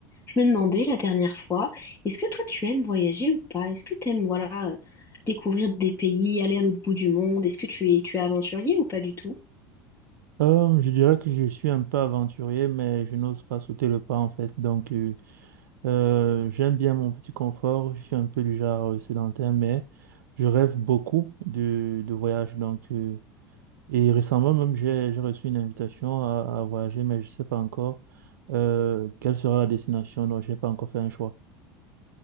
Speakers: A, on the left (about 25°); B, on the right (about 70°).
A: Je me demandais la dernière fois, est-ce que toi tu aimes voyager ou pas? Est-ce que tu aimes voilà euh, découvrir des pays, aller à l'autre bout du monde? Est-ce que tu es tu es aventurier ou pas du tout?
B: Euh, je dirais que je suis un peu aventurier, mais je n'ose pas sauter le pas en fait. Donc, euh, euh, j'aime bien mon petit confort. Je suis un peu du genre euh, sédentaire, mais je rêve beaucoup de, de voyages. Donc, euh, et récemment même, j'ai, j'ai reçu une invitation à, à voyager, mais je ne sais pas encore euh, quelle sera la destination. Donc, je n'ai pas encore fait un choix.